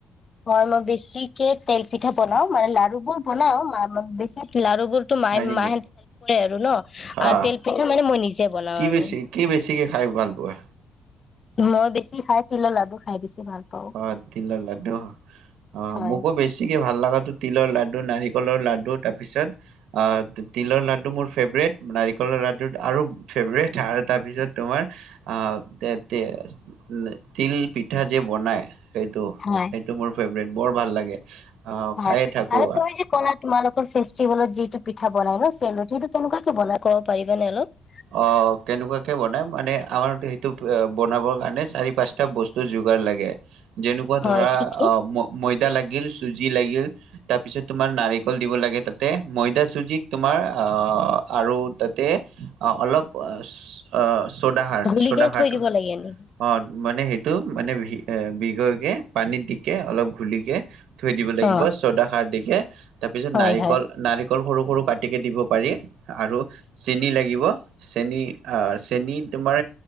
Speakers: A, on the left; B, on the right.
A: হয় মই বেছিকে তেল পিঠা বনাও মানে লাৰু বোৰ বনাও বেছি লাৰু ম
B: হয় নেকি?
A: মাহেতে কৰে আৰু ন
B: অ',
A: আৰু তেল পিঠা মানে মই নিজে বনাওঁ
B: কি
A: আৰু
B: বেছি কি বেছিকে খাই ভাল পোৱা?
A: মই বেছি খাই তিলৰ লাডু খাই বেছি ভাল। পাওঁ
B: অ তিলৰ লা্ডু অ
A: হয়
B: মোকো বেছিকে ভাল লাগা তিলৰ লাডু নাৰিকলৰ লাডু তাৰ পিছত আহ তিলৰ লাডু মোৰ ফেভৰেট নাৰিকলৰ লাডু আৰু ফেভৰেট আৰু তাৰ পিছত তোমাৰ আহ তিল পিঠা যে বনাই হয়। সেইটো
A: হয়
B: সেইটো মোৰ ফেভত বৰ ভাল লাগে। অ', খায়ে
A: হয়
B: থাকো
A: আৰু তুমি যে কলা তোমালোক ফেষ্টিভেলত যিটো পিঠা বনাই ন চেলৰটিটো কেনেকুৱাকে বনাই কব পাৰিবা নে অলপ
B: অ কেনেকুৱাকে বনাই মানে আমাৰ সেইটো বনাবৰ কাৰণে চাৰি পাঁচটা বস্তু যোগাৰ লাগে যেনেকুৱা
A: হয়
B: ধৰা
A: কি কি
B: অ মই য়া লাগিল চুজি লাগিল তাৰ পিছত তোমাৰ নাৰিকল দিব লাগে তাতে ময়দা চুজিক তোমাৰ আহ আৰু তাতে অ অলপ অ চৌডাহাৰ
A: ঘুলি
B: চৌডাহাৰটো
A: কেনে থৈ দিব লাগে এনে
B: অ মানে সেইটো মানে বি এ বিষৰকে পানীত দিকে অলপ ঘুলিকে থৈ দিব লাগিব
A: অ',
B: চৌদা সাৰ দি কে তাৰপিছত
A: হয়,
B: নাৰিকল
A: হয়,
B: নাৰিকল সৰু সৰু কাটিকে দিব পাৰি। আৰু চেনি লাগিব চেনী চেনী তোমাৰ